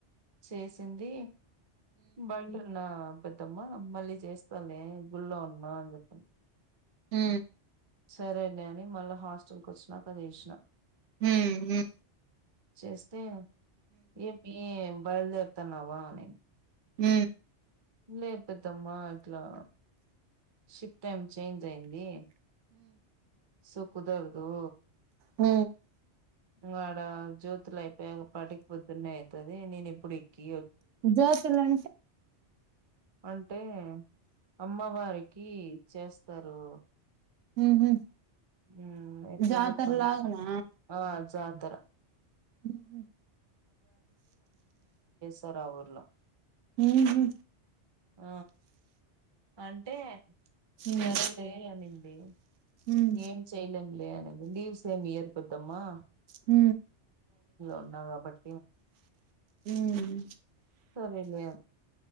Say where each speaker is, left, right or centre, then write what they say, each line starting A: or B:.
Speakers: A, on the right; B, on the right.
A: చేసింది బయట ఉన్న పెద్దమ్మా మళ్ళీ చేస్తాలే గుళ్లో ఉనమా అని చెప్ప
B: ఊ
A: సరేలేడి అని మళ్ళీ హాస్టల్ క వచ్చినాక అది చేసినా
B: ఉహ్ ఉ
A: చేస్తే ఏమి బయలుదేరుతాన్నావా నే
B: ఉ
A: లే పెద్దమ్మా ఎట్లా షిప్ టైం చేంజ్ అయింది సుకుదరదు
B: ఉ
A: మారా జ్యోతి లైఫ్ నా పని పొద్దున్నే ది నేను ఇప్పుడు ఎక్కి
B: జ్యోతులు అంటే
A: అం ఎ అమ్మవారి ఇ చేస్తారు
B: ఉహు
A: ఉ.. ఎట్లా
B: జాతరలాగనా
A: చెప్పాలి ఆ జాతర
B: ఉ
A: వేరా ఊర్లా
B: ఉహు
A: ఆ అంటే
B: ఉమ్
A: సరేలే అనింది
B: హ్మ్
A: ఏం చేయలేం లే అనే లీవ్ సేమియర్కుద్దమ్మా
B: హ
A: ఉన్నా బట్
B: హ్మ్
A: సరేలే